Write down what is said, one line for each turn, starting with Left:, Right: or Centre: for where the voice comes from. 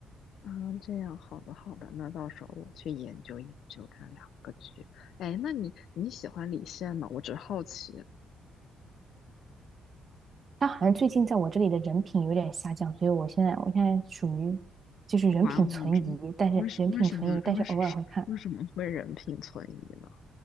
Left: 啊，这样，好的好的，那到时候我去研究研究这两个剧。哎，那你你喜欢李现吗？我只是好奇。
Right: 他好像最近在我这里的人品有点下降，所以我现在我现在属于就是人品存疑，
Left: 观望中为什为什么为什是为什么会人品存疑呢？
Right: 但是人品存疑，但是偶尔会看。